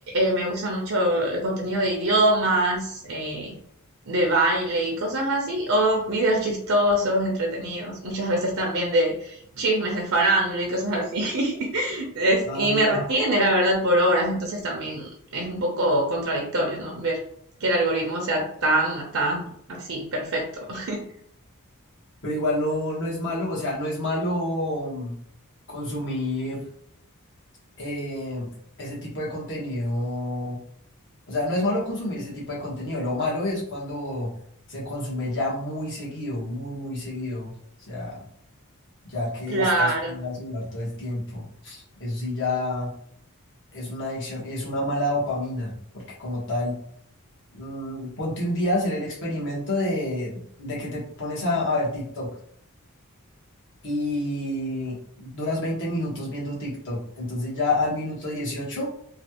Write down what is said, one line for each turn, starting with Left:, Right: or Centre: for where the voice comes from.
Right: eh, me gusta mucho el contenido de idiomas, eh, de baile y cosas así, o videos chistosos, entretenidos, muchas veces también de chismes de farándula y cosas así. <laughs> Es-
Left: Ah,
Right: y me retiene, la verdad, por horas, entonces también es un poco contradictorio, ¿no? Ver que el algoritmo sea tan, tan así, perfecto. <laughs>
Left: pero igual no, no es malo, o sea, no es malo mm, consumir eh, ese tipo de contenido. O sea, no es malo consumir ese tipo de contenido. Lo malo es cuando se consume ya muy seguido, muy, muy seguido. O sea, ya que
Right: Claro,
Left: estás con el celular todo el tiempo. Eso sí ya es una adicción, es una mala dopamina, porque como tal mm, ponte un día a hacer el experimento de, de que te pones a, a ver TikTok y duras 20 minutos viendo TikTok. Entonces ya al minuto 18